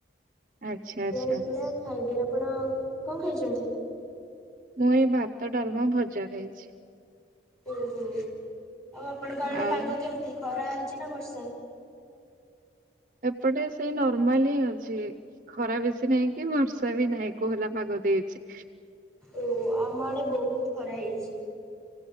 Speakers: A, on the right; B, in the centre.
A: ଆଚ୍ଛା
B: ସେଆ
A: ଆଚ୍ଛା
B: ହେଇଥିଲା ଖାଇବି ଆପଣ କଣ ଖାଇଚନ୍ତି?
A: ମୁଏଇ ଭାତ, ଡ଼ାଲମା, ଭଜା, ଖାଇଛି।
B: ଓହୋ ଆଉ ଆପଣଙ୍କ ଆଡ଼େ
A: ଆଉ
B: ପାଗ କେମିତି, ଖରା, ହଉଚିନା ବର୍ଷା?
A: ଏପଟେ ସେଇ ନର୍ମାଲହିଁ ଅଛି ଖରା ବେଶୀ ନାହିଁକି ବର୍ଷା ବି ନାଇଁ କୋହଲା ପାଗ ଦେଇଛି।
B: ଓ ଆମ ଆଡ଼େ ବହୁତ୍ ଖରା ହେଇଚି।